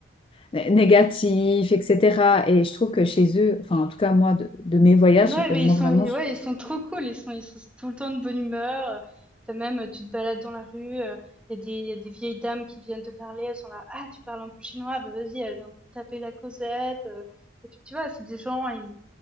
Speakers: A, on the left; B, in the centre.
A: né- négatif, etc. Et je trouve que chez eux, enfin, en tout cas, moi, de, de mes voyages,
B: Ouais, mais
A: euh, moi,
B: ils sont,
A: vraiment,
B: et
A: je-
B: ouais, ils sont trop cool, ils sont, ils sont tout le temps de bonne humeur. euh, T'as même, euh, tu te balades dans la rue, euh, il y a des, il y a des vieilles dames qui viennent te parler, elles sont là, ah, tu parles un peu chinois, bah vas-y, elle vient te taper la causette. euh. Et puis, tu vois, c'est des gens, ils,